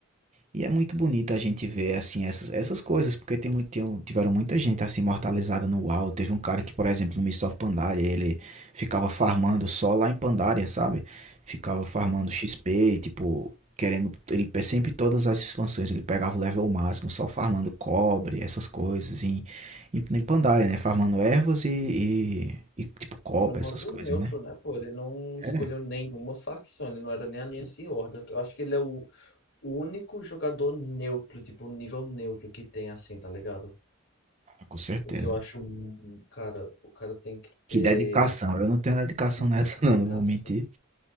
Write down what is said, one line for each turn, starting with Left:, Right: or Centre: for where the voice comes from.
Right: E é muito bonito a gente ver, assim, essas, essas coisas, porque tem muito, tem- um, tiveram muita gente, assim, imortalizada no UAU. Teve um cara que, por exemplo, no Mists of Pandaria, ele ficava farmando só lá em Pandaria, sabe? Ficava farmando
Left: Bom,
Right: XP, tipo, querendo... Ele pe- sempre, todas as expansões, ele pegava o level máximo só farmando cobre, essas coisas, em, em, em Pandaria, né? Farmando ervas e, e, e, tipo, copa,
Left: E no modo
Right: essas coisas,
Left: neutro,
Right: né?
Left: né, pô, ele não escolheu
Right: É,
Left: nenhuma facção, ele não era nem Aliança e Horda. Eu acho que ele é o, o único jogador neutro, tipo, nível neutro que tem assim, tá ligado?
Right: com certeza.
Left: O que eu acho, mu- cara, o cara tem que ter
Right: Que dedicação, eu não tenho dedicação
Left: muita
Right: nessa, <laughs>
Left: dedicação.
Right: não, não vou mentir.